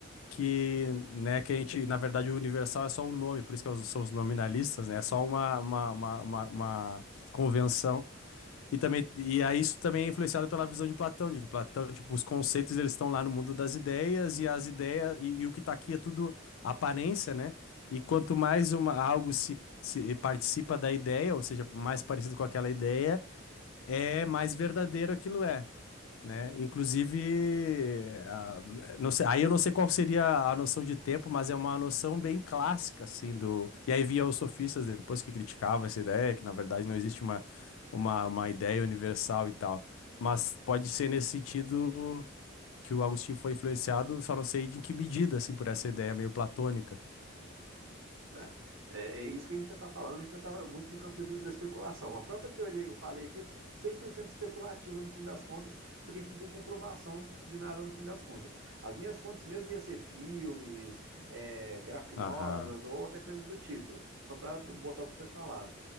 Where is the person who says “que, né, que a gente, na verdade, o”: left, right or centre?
Left